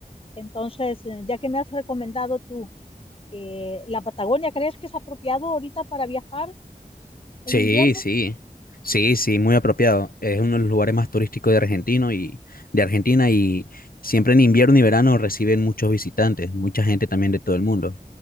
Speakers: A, on the left; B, on the left.
A: Entonces, eh, ya que me has recomendado tú, eh, ¿la Patagonia crees que es apropiado ahorita para viajar en
B: Sí,
A: invierno?
B: sí, sí, sí, muy apropiado. Es uno de los lugares más turísticos de Argentino y de Argentina y siempre en invierno y verano reciben muchos visitantes, mucha gente también de todo el mundo.